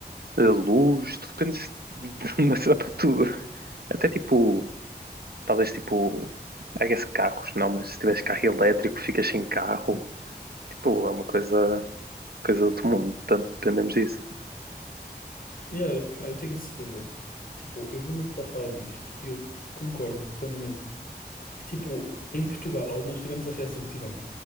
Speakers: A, on the right (about 70°); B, on the left (about 60°).
A: eh, luz, tu dependes de de eletricidade para tudo. Até, tipo, talvez, tipo, I guess carros, não, mas se tiveres carro elétrico, ficas sem carro. Tipo, é uma coisa coisa do outro mundo, tanto dependemos disso,
B: Yeah, eu, pá, eu tenho a certeza. Tipo, eu vi uma pessoa falar disto e eu concordo plenamente. Que, tipo, em Portugal nós tivemos a reação que tivemos,